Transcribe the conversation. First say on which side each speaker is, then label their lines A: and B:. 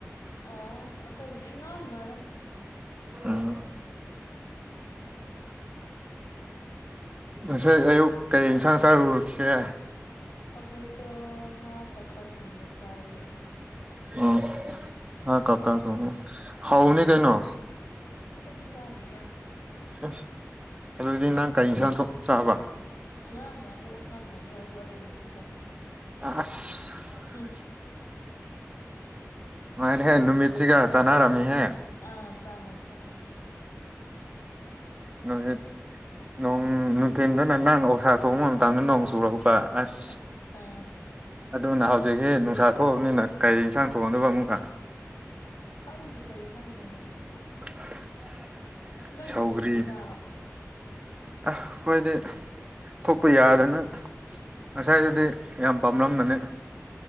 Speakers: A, on the left; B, on the right.
A: ꯑ ꯑꯩꯈꯣꯏꯕꯨꯗꯤ ꯢꯉꯥꯟ ꯉꯜꯂꯦ
B: ꯎꯝ ꯉꯁꯥꯏ ꯑꯌꯨꯛ ꯀꯔꯤ ꯏꯟꯁꯥꯡ ꯆꯥꯔꯨꯔꯁꯒꯦ
A: ꯑꯩꯈꯣꯏꯗꯣ ꯉꯥ ꯈꯧꯇ ꯊꯣꯡꯕ ꯆꯥꯏꯌꯦ
B: ꯎꯝ ꯉꯥ ꯀꯧꯇꯥ ꯊꯣꯛꯕ ꯍꯥꯎꯅꯤ ꯀꯩꯅꯣ
A: ꯑꯣꯈꯣꯏꯗꯤ ꯆꯥꯗꯔꯤꯗ
B: ꯑ ꯑꯗꯨꯗꯤ ꯅꯪ ꯀꯔꯤ ꯏꯟꯁꯥꯡꯊꯣꯛ ꯆꯥꯕ
A: ꯑꯣ ꯉꯔꯥꯡꯅꯨꯗꯥꯛꯗꯣ ꯑꯣꯛꯁꯥ ꯊꯣꯡꯉꯦ ꯑꯗꯨ ꯑꯔꯦꯝꯕꯇ ꯆꯥꯏ
B: ꯑꯁ
A: ꯎꯝ
B: ꯅꯨꯉꯥꯏꯔꯦꯍꯦ ꯅꯨꯃꯤꯠꯁꯤꯒ ꯆꯥꯟꯅꯔꯝꯃꯤꯍꯦ
A: ꯑꯥ ꯆꯟꯅꯩ ꯆꯟꯅꯩ
B: ꯅꯨꯃꯤꯠ ꯅꯣꯡ ꯅꯨꯡꯊꯤꯟꯗꯅ ꯅꯪꯅ ꯑꯁꯥ ꯊꯣꯡꯕ ꯃꯇꯝꯗ ꯅꯣꯡ ꯆꯨꯔꯛꯄ ꯑꯁ
A: ꯍ ꯇꯥ
B: ꯑꯗꯨꯅ ꯍꯧꯖꯤꯛꯁꯤ ꯅꯨꯡꯁꯥ ꯊꯣꯛꯑꯕꯅꯤꯅ ꯀꯔꯤ ꯏꯟꯁꯥꯡ ꯊꯣꯛꯗꯨꯏꯕ ꯑꯃꯨꯛꯀ
A: ꯈꯪꯗꯦ ꯀꯔꯤ ꯏꯟꯖꯥꯐ ꯊꯣꯡꯗꯨꯏꯅꯣ
B: <unintelligible>
A: ꯅꯪ
B: ꯁꯧꯒ꯭ꯔꯤ
A: ꯀꯩꯃꯊꯦꯜ ꯆꯥꯕ
B: ꯑꯁ ꯍꯣꯏꯗꯤ ꯊꯣꯛꯄ ꯌꯥꯗꯅ ꯉꯁꯥꯏꯗꯗꯤ ꯌꯥꯝ ꯄꯥꯝꯂꯝꯕꯅꯦ